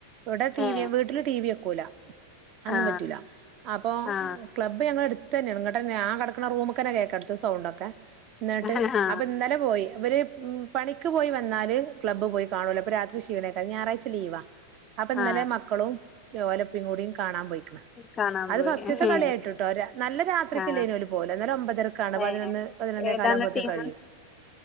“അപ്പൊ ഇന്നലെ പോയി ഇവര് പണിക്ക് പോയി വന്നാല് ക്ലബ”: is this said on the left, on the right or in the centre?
Right